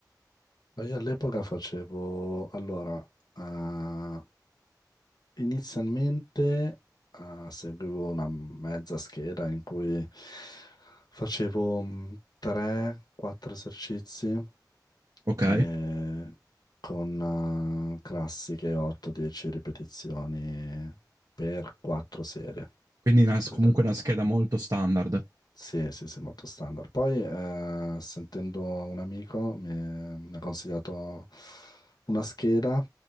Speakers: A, on the left; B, on the right.
A: Ma Io all'epoca facevo, allora, eh, Inizialmente eh, seguivo una mezza scheda in cui facevo 3-4 esercizi
B: Ok?
A: e con eh, classiche 8-10 ripetizioni per 4 serie,
B: Quindi una-
A: solitamente.
B: comunque una scheda molto standard.
A: Sì, sì, sì, molto standard. Poi, eh, sentendo un amico, mi, mi ha consigliato una scheda,